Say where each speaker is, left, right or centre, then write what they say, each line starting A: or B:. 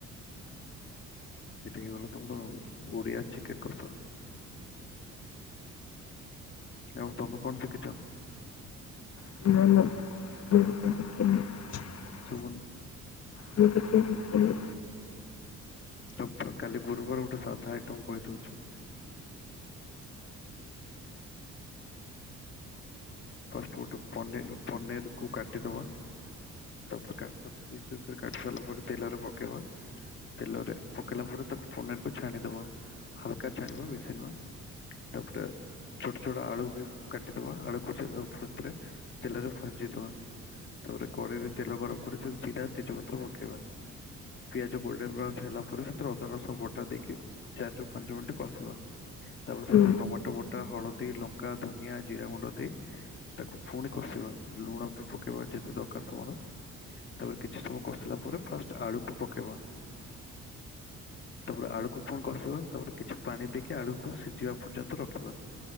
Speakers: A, on the left; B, on the left.
A: ଏଠି ହେଇ ଗଲା ତୁମର ଓଡ଼ିଆ ଚିକେନ୍ କସା। ଓ ତମେ କଣ ଶିଖିଚ?
B: <unintelligible> <unintelligible>
A: ଶୁବୁନି।
B: ମୁଁ କିଛି ଶିକିନି।
A: ଆମ୍ ପା କାଲି ଗୁରୁବାର ଗୋଟେ ସାଧା ଆଇଟମ୍ କହି ଦଉଛି। ଫାଷ୍ଟ ଗୋଟେ ପନିର ପନିରକୁ କାଟିଦବା‌ ତାପରେ କା ତାକୁ ପିସ୍ ପିସ୍ କରି କାଟି ସାଇଲାଲା ପରେ ତେଲରେ ପକେଇବା। ତେଲରେ ପକେଇଲା ପରେ ତାକୁ ପନିରକୁ ଛାଣିଦବା। ହାଲକା ଛାଣିବା ବେଶି ନୁହେ। ତାପରେ ଛୋଟ ଛୋଟ ଆଳୁ ବି କାଟିଦବା ଆଳକୁ ସେ ତାକୁ ଫେର ଥରେ ତେଲରେ ଭାଜି ଦବା। ତାପରେ କରେଇରେ ତେଲ ଗରମ କରି ସେଥି ଜିରା ତେଜପତ୍ର ପକେଇବା। ପିଆଜ ଗୋଲଡେନ୍ ବ୍ରାଉଞ୍ଚ୍ ହେଲା ପରେ ସେଥିରେ ଅଦା ରସଣ ବଟା ଦେଇକି ଚାରି ରରୁ ପାଞ୍ଚ ତିର୍କି କଷିବା। ତାପରେ ସେଥିରେ
B: ହୁଁ
A: ଟମାଟୋ ବ ଟା ହଳଦୀ ଲଙ୍କା ଧନିଆ ଜିରା ଗୁଣ୍ଡ ଦେଇ ତାକୁ ଫୁଣି କଷିବା ଲୁଣ ବି ପକେଇବା ଯେତେ ଦରକାର ତମର। ତାପରେ କିଛି ସମୟ କଷିଲା ପରେ ଫାଷ୍ଟ ଆଳୁକୁ ପକେଇବା ତାପରେ ଆଳୁକୁ ପୁଣି କଷିବା ତାପରେ କିଛି ପାଣି ଦେଇକି ଆଳୁକୁ ସିଝିବା ପର୍ଯ୍ୟନ୍ତ ରଖିବା।